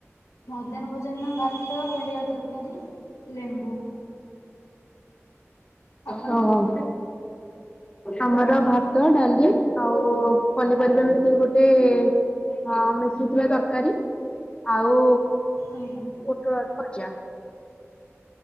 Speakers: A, on the left; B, on the left.
A: ମଧ୍ୟାହ୍ନ ଭୋଜନ ଭାତ, ଭେଣ୍ଡି, ଆଳୁ ତରକାରୀ, ଲେମ୍ବୁ। ଆପଣ?
B: ହଁ ହଁ ଆମର ଭାତ, ଡାଲି ଆଉ ପନିପରିବା ମିଶେଇକି ଗୋଟେ ଅ ମିଶେଇ ଥିବା ତରକାରୀ। ଆଉ
A: ଆଜ୍ଞା।
B: ପୋଟଳା ଆଳୁ ଭଜା।